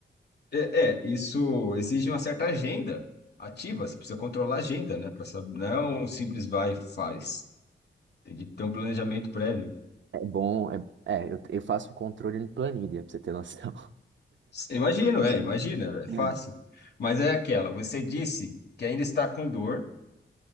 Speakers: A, on the left (about 60°); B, on the right (about 75°).
A: É, é, isso exige uma certa agenda ativa, você precisa controlar a agenda, né? Pra saber, não é um simples vai e faz. Tem que ter um planejamento prévio.
B: É bom, é, é, eu, eu faço o controle em planilha, pra você ter noção.
A: Imagino, é, imagina, é
B: <laughs>
A: fácil. Mas é aquela, você disse que ainda está com dor